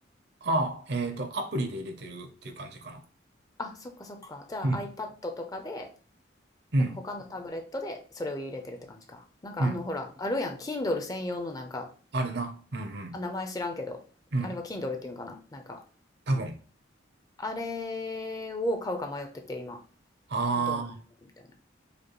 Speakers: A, on the right; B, on the left.
A: あ、えっと、アプリで入れてるっていう感じかな。
B: あ、そっかそっか。じゃあ
A: うん、
B: iPad とかで、
A: うん、
B: なんか他のタブレットでそれを入れてるって感じか。なんかあのほら、
A: うん。
B: あるやん。Kindle 専用のなんか、
A: あるな。うん、うん、
B: あ、名前知らんけど、
A: うん。
B: あれは Kindle っていうんかな。なんか、
A: 多分。
B: あれを買うか迷ってて今、
A: あ
B: どうなるみたいな。